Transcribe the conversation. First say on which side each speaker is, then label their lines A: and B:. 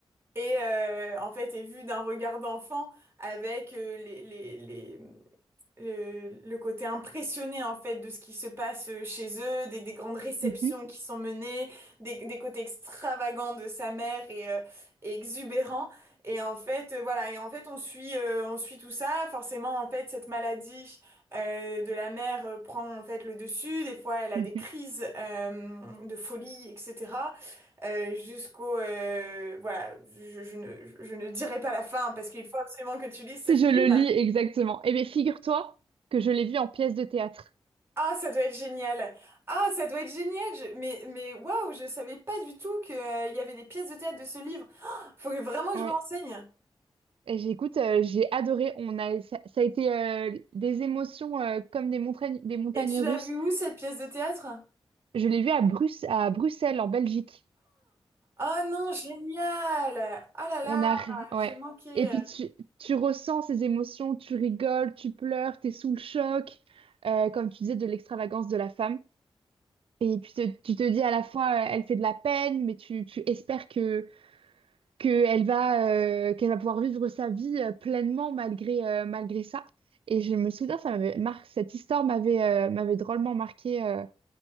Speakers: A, on the right; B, on the right.
A: et euh, en fait est vue d'un regard d'enfant avec euh, les, les, les, le, le côté impressionné en fait de ce qui se passe euh, chez eux, des, des grandes réceptions
B: Mhm.
A: qui sont menées, des, des côtés extravagants de sa mère et, euh, et exubérants. Et en fait, euh, voilà, et en fait on suit, euh, on suit tout ça. Forcément, en fait, cette maladie euh, de la mère euh, prend en fait le dessus. Des fois, elle a
B: Mhm.
A: des crises euh, de folie, etc. Euh, jusqu'au euh, voilà, je, je ne, je ne dirai pas la fin parce qu'il faut absolument que tu lises
B: Si
A: ce film.
B: je le lis exactement. Eh bien, figure-toi que je l'ai vu en pièce de théâtre.
A: Ah, ça doit être génial. Ah, ça doit être génial. Je- Mais, mais waouh, je savais pas du tout qu'il y avait des pièces de théâtre de ce livre. Oh, faut que- vraiment que
B: Ouais.
A: je me renseigne.
B: Et j'écoute, euh, j'ai adoré. On a, ça, ça a été euh, des émotions euh, comme des montagnes, des montagnes
A: Et tu
B: russes.
A: l'as vu où cette pièce de théâtre?
B: Je l'ai vu à Bruce, à Bruxelles, en Belgique.
A: Oh non, génial. Ah là
B: On
A: là,
B: a,
A: j'ai
B: ouais.
A: manqué.
B: Et puis tu, tu ressens ces émotions, tu rigoles, tu pleures, t'es sous le choc, euh, comme tu disais, de l'extravagance de la femme. Et puis te- tu te dis à la fois, euh, elle fait de la peine, mais tu, tu espères que, que elle va, euh, qu'elle va pouvoir vivre sa vie euh, pleinement malgré, euh, malgré ça. Et je me souviens, ça m'avait mar- cette histoire m'avait euh, m'avait drôlement marqué, euh,